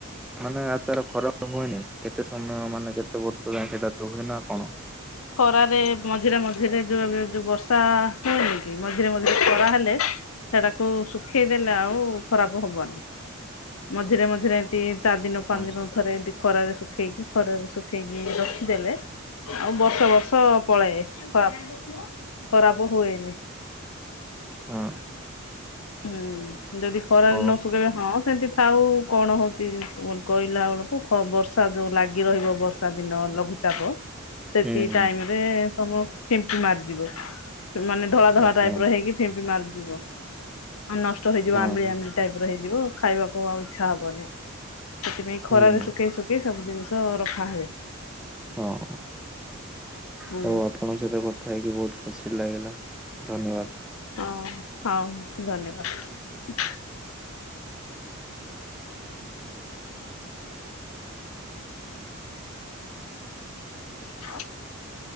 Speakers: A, in the centre; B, on the left.
A: ମାନେ ଆ ଆଚାର ଖରାପ ହୁଏନି? କେତେ ସମୟ ମାନେ କେତେ ବର୍ଷ ଯାଏ ସେଟା ରୁହେ ନା କଣ?
B: ରେ ମଝିରେ ମଝିରେ ଯୋଉ ଏବେ ଯୋଉ ବର୍ଷା ହୁଏନି କି ମଝିରେ ମଝିରେ ଖରା ହେଲେ ସେଟାକୁ ଶୁଖେଇଦେଲେ ଆଉ ଖରାପ ହବନି ମଝିରେ ମଝିରେ ଏମତି ଚାରିଦିନ ପାଞ୍ଚଦିନ
A: ହଁ
B: ଏମିତି ଖରାରେ ଶୁଖେଇକି ଖରାରେ ଶୁଖେଇକି ରଖିଦେଲେ ଆଉ ବର୍ଷ ବର୍ଷ ପଳାଏ। ଏ ଖରାପ ଖରାପ ହୁଏନି।
A: ହଁ।
B: ହୁଁ ଯଦି ଖରାରେ
A: ହଉ।
B: ନ ଶୁଖେଇବେ ହଁ ସେମିତି ଥାଉ କଣ ହଉଛି କହିଲା ବେଳକୁ ଖ ବର୍ଷା ଯେଉଁ ଲାଗି ରହିବ ବର୍ଷା ଦିନ ଲଘୁଚାପ ସେତିକି
A: ହୁଁ ହୁଁ
B: ଟାଇମରେ ତମେ ଫିମ୍ପି ମାରିଯିବ ମାନେ ଧଳା ଧଳା
A: ଆଚ୍ଛା
B: ଟାଇପ ର ହେଇକି ଫିମ୍ପି ମାରିଯିବ। ଆଉ ନଷ୍ଟ ହେଇଯିବ
A: ହଁ
B: ଆମ୍ୱିଳି
A: ହଁ।
B: ଆମ୍ୱିଲି ଟାଇପର ହେଇଯିବ ଖାଇବାକୁ ଆଉ ଇଚ୍ଛା ହବନି। ସେଥିପାଇଁ ଖରାରେ
A: ହୁଁ
B: ଶୁଖେଇ ଶୁଖେଇ ସବୁ ଜିନିଷ ରଖା ହୁଏ।
A: ହଁ
B: ହୁଁ,
A: ହଉ ଆପଣଙ୍କ ସହିତ କ ଥା ହେଇକି ବହୁତ ଖୁସି ଲାଗିଲା ଧନ୍ୟବାଦ।
B: ହଁ ହଉ ଧନ୍ୟବାଦ। <unintelligible>